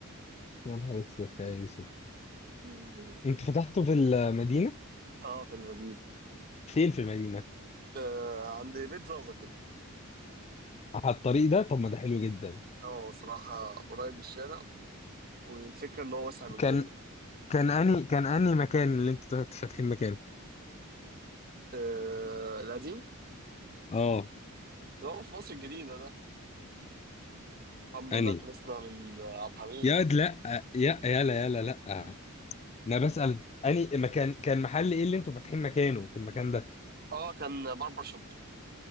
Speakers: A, on the left; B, on the right.
A: يا نهار اسود يا يوسف
B: <laughs>
A: انت فتحته في المدينه
B: اه في المدينه
A: فين في المدينه
B: آه عند بيت زازا كده
A: على الطريق ده طب ما ده حلو جدا
B: هو صراحة قريب من الشارع والفكرة إن هو واسع من
A: كان
B: جوه
A: كان اني كان اني مكان اللي انتوا فاتحين مكانه
B: آه القديم
A: اه
B: اللي هو في مصر الجديدة ده الحمد
A: اني
B: لله خلصنا من عبد الحميد
A: يا واد لا يا يلا يلا لا
B: مم.
A: انا بسأل اني مكان كان محل ايه اللي انتوا فاتحين مكانه في المكان ده
B: اه كان باربر شوب